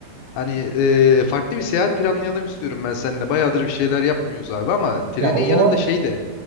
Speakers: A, on the left (about 80°); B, on the right (about 80°).
A: hani e, farklı bir seyahat planlayalım istiyorum ben seninle. Bayağıdır bir şeyler yapmıyoruz abi ama trenin
B: Ya o
A: yanında
B: zaman
A: şey de